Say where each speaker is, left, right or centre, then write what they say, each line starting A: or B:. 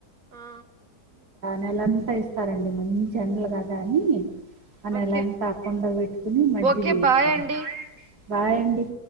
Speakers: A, on the right; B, on the right.
A: ఆ
B: నెలంతా ఇస్తారండి మంచి ఎండలు కదా అని అనెలంతా
A: ఓకే
B: ఆకుండ ఇట్కుని మజ్జి
A: ఓకే
B: బ
A: బాయ్
B: ఇతారు
A: అండి
B: బాయ్ అండి